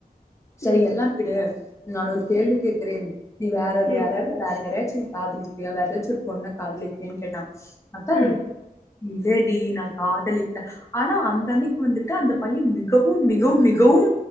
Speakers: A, on the left; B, on the left.
A: செரி
B: ம்
A: எல்லாம் விடு நான் ஒரு கேள்வி
B: ம்
A: கேட்கிறேன் நீ வேற
B: ம்
A: யாரைவ்து வேற வேறையாச்சு காதலிக்கிறியா வேற ஏதாச்சு ஒரு பொண்ண காதலிக்கிறியான்னு கேட்டே அப்ப
B: ம்
A: இல்லடி நா காதலிக்ல ஆனா அந்த அன்னைக்கு வந்துட்டு அந்த பய்யே மிகவும் மிகவும் மிகவும்